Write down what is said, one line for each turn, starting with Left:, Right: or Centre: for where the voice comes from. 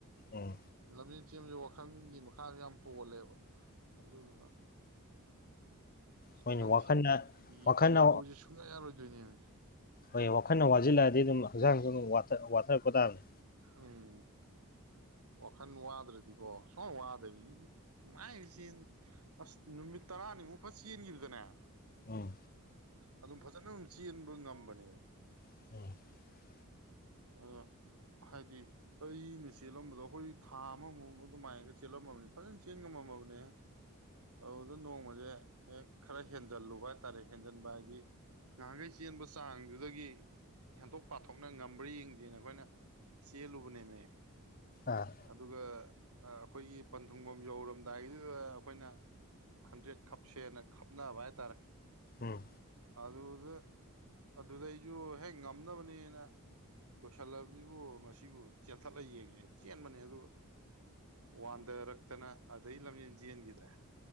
Left: ꯎꯝ
Right: ꯂꯝꯖꯦꯟ ꯆꯦꯟꯕꯁꯤ ꯋꯥꯈꯜꯒꯤ ꯃꯈꯥꯁꯨ ꯌꯥꯝ ꯄꯣꯜꯂꯦꯕ ꯑꯗꯨꯗꯨꯅ
Left: ꯍꯣꯏꯅꯦ
Right: ꯈꯪꯁꯤ
Left: ꯋꯥꯈꯜꯅ ꯋꯥꯈꯜꯅ
Right: ꯌꯧꯁꯦ ꯁꯨꯡꯌꯥ ꯌꯥꯔꯣꯏꯗꯣꯏꯅꯦꯅꯦ
Left: ꯍꯣꯏ ꯋꯥꯈꯜꯅ ꯋꯥꯁꯤꯜꯂꯛꯑꯗꯤ ꯑꯗꯨꯝ ꯍꯛꯆꯥꯡꯁꯨ ꯑꯗꯨꯝ ꯋꯥꯊꯔꯛꯄ ꯇꯥꯕꯅꯤ
Right: ꯎꯝ ꯋꯥꯈꯜ ꯋꯥꯗ꯭ꯔꯗꯤꯀꯣ ꯁꯨꯝ ꯋꯥꯗꯕꯤ ꯅꯨꯡꯉꯥꯏꯔꯤꯁꯦꯟ ꯑꯁ ꯅꯨꯃꯤꯠ ꯇꯔꯥꯅꯤꯃꯨꯛ ꯐꯠ ꯆꯦꯟꯈꯤꯕꯗꯅꯦ
Left: ꯎꯝ
Right: ꯑꯗꯨꯝ ꯐꯖꯅ ꯑꯗꯨꯝ ꯆꯦꯟꯕ ꯉꯝꯕꯅꯦꯕ <unintelligible>
Left: <inaudible>
Right: ꯑ ꯍꯥꯏꯗꯤ ꯑꯩꯅ ꯆꯦꯜꯂꯝꯕꯗꯣ ꯑꯩꯈꯣꯏ ꯊꯥ ꯑꯃꯃꯨꯛ ꯑꯗꯨꯃꯥꯏꯅꯒ ꯆꯦꯜꯂꯝꯃꯕꯅꯤ ꯐꯖꯅ ꯆꯦꯟ ꯉꯝꯃꯝꯃꯕꯅꯦ ꯑꯗꯨꯗ ꯅꯣꯡꯃꯁꯦ ꯍꯦꯛ ꯈꯔ ꯍꯦꯟꯖꯜꯂꯨꯕ ꯍꯥꯏꯇꯥꯔꯦ ꯍꯦꯟꯖꯟꯕ ꯍꯥꯏꯗꯤ ꯉꯍꯥꯟꯈꯩ ꯆꯦꯟꯕ ꯆꯥꯡꯗꯨꯗꯒꯤ ꯍꯦꯟꯗꯣꯛ ꯄꯥꯊꯣꯛꯅ ꯉꯝ ꯃ꯭ꯔ ꯌꯦꯡꯁꯦꯅ ꯑꯩꯈꯣꯏꯅ ꯆꯦꯜꯂꯨꯕꯅꯦꯃꯦ
Left: ꯑꯥ
Right: ꯑꯗꯨꯒ ꯑꯩꯈꯣꯏꯒꯤ ꯄꯟꯊꯨꯡꯐꯝ ꯌꯧꯔꯝꯗꯥꯏꯗꯨꯗ ꯑꯩꯈꯣꯏꯅ ꯍꯟꯗ꯭ꯔꯦꯠ ꯈꯞꯁꯦꯅ ꯈꯞꯅꯕ ꯍꯥꯏꯇꯥꯔꯦ
Left: ꯎꯝ
Right: ꯑꯗꯨꯗ ꯑꯗꯨꯗ ꯑꯩꯁꯨ ꯍꯦꯛ ꯉꯝꯅꯕꯅꯦꯅ ꯂꯣꯏꯁꯤꯜꯂꯕꯁꯤꯕꯨ ꯃꯁꯤꯕꯨ ꯆꯦꯟꯊꯠꯂꯒ ꯌꯦꯡꯉꯦ ꯆꯦꯟꯕꯅꯦ ꯑꯗꯨ ꯋꯥꯟꯊꯔꯛꯇꯅ ꯑꯗꯩ ꯂꯝꯖꯦꯟ ꯆꯦꯟꯈꯤꯗ꯭ꯔꯦ